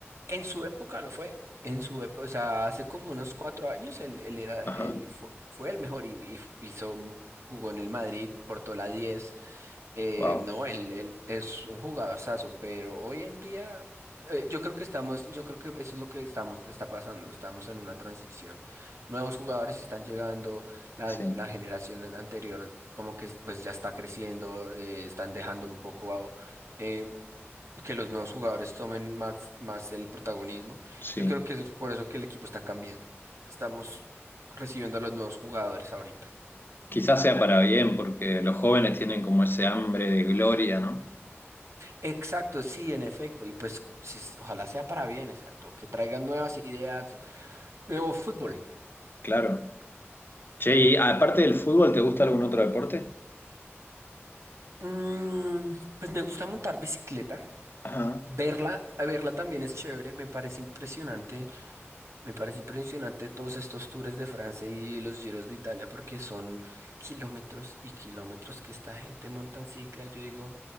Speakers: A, on the right; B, on the left.
A: en su época lo fue. En su época, o sea, hace como unos cuatro años él, él era,
B: Ajá,
A: él fue, fue el mejor y, y hizo, jugó en el Madrid, portó la 10. Eh,
B: wow,
A: no, él, él es un jugadorzazo, pero hoy en día eh, yo creo que estamos, yo creo que eso es lo que estamos, está pasando, estamos en una transición. Nuevos jugadores están llegando, la,
B: sí,
A: la generación anterior como que pues ya está creciendo, eh, están dejando un poco a- eh, que los nuevos jugadores tomen más, más el protagonismo.
B: sí.
A: Yo creo que es por eso que el equipo está cambiando. Estamos recibiendo a los nuevos jugadores ahorita.
B: Quizás sea para bien, porque los jóvenes tienen como ese hambre de gloria, ¿no?
A: Exacto, sí, en efecto. Y pues sí, ojalá sea para bien, exacto. Que traigan nuevas ideas, nuevo fútbol.
B: Claro. Che, y aparte del fútbol, ¿te gusta algún otro deporte?
A: Mm, pues me gusta montar bicicleta.
B: Ajá,
A: Verla, verla también es chévere, me parece impresionante, me parece impresionante todos estos tours de Francia y los giros de Italia porque son kilómetros y kilómetros que esta gente monta en cicla. Yo digo,